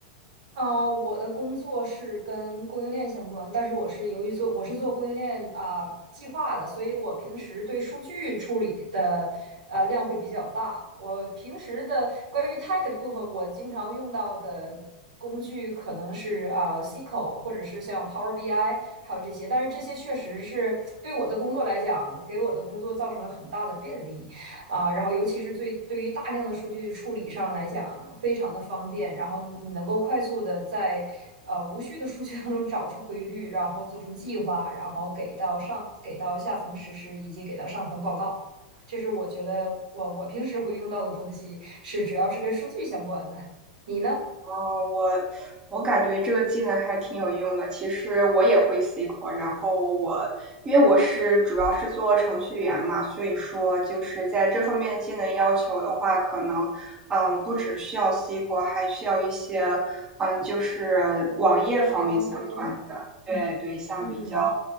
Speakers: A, on the right (about 90°); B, on the right (about 20°).
A: 嗯、呃我的工作是跟供应链相关，但是我是由于做我是做供应链啊、计划的，所以我平时对数据处理的呃量会比较大。我平时的关于 tag 的部分，我经常用到的工具可能是啊、呃 SQL 或者是像 Power BI，还有这些，但是这些确实是对我的工作来讲，给我的工作造成了很大的便利。啊，然后尤其是最对于大量的数据处理上来讲，非常的方便，然后你能够快速的在呃无序的数据当中找出规律，然后做出计划，然后给到上给到下层实施，以及给到上层报告。这是我觉得我我平时会用到的东西，是只要是跟数据相关的。你呢？
B: 哦，我我感觉这个技能还挺有用的。其实我也会 SQL，然后我因为我是主要是做程序员嘛，所以说就是在这方面技能要求的话，可能嗯不只需要 SQL，还需要一些嗯就是网页方面相关的，
A: 前端、后端，
B: 对对，像比较
A: 嗯